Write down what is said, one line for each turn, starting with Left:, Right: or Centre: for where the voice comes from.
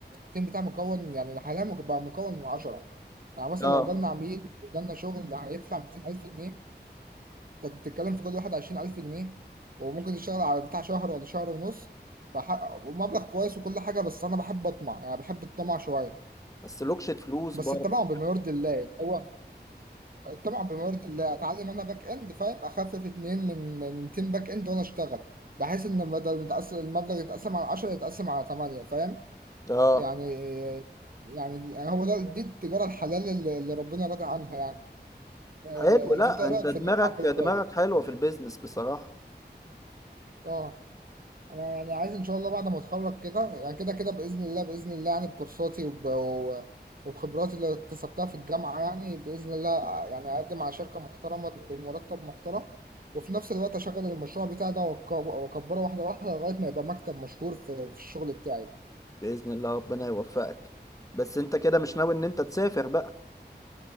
Right: التيم بتاعي مكون يعني حاليا مك- بقى مكون من 10 يعني مثلا
Left: اه
Right: لو جالنا عميل وجالنا شغل هيدفع 200000 جنيه انت بتتكلم في كل واحد 20000 جنيه وممكن يشتغل على بتاع شهر ولا شهر ونص فحق... ومبلغ كويس وكل حاجه بس انا بحب اطمع يعني بحب الطمع شويه
Left: بس لوكشة فلوس
Right: بس
Left: برضه
Right: الطمع بما يرضي الله هو طبعا بمرض الله اتعلم انا باك اند فاهم اخفف اتنين من من تيم باك اند وانا اشتغل بحيث ان بدل متقسم المبلغ يتقسم على 10 يتقسم على 8 فاهم
Left: اه
Right: يعني يعني هو ده دي التجاره الحلال اللي اللي ربنا راضي عنها يعني آه،
Left: حلو لا
Right: انت إيه
Left: انت
Right: رايك
Left: دماغك
Right: في اللي أنا عبد القادر
Left: دماغك حلوة في البيزنس بصراحة
Right: اه انا يعني عايز ان شاء الله بعد ما اتخرج كده يعني كده كده باذن الله باذن الله يعني بكورساتي وب... و- وبخبراتي اللي اكتسبتها في الجامعه يعني باذن الله يعني اقدم على شركه محترمه بمرتب محترم وفي نفس الوقت اشغل المشروع بتاعي ده وأك- واكبره واحده واحده لغايه ما يبقى مكتب مشهور في, في الشغل بتاعي ده
Left: بإذن الله ربنا يوفقك بس انت كده مش ناوي ان انت تسافر بقى